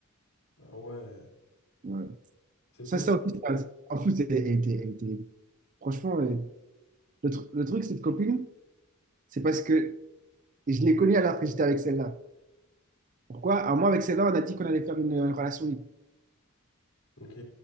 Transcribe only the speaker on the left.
Ah ouais,
c'est
possible.
ça.
Ok.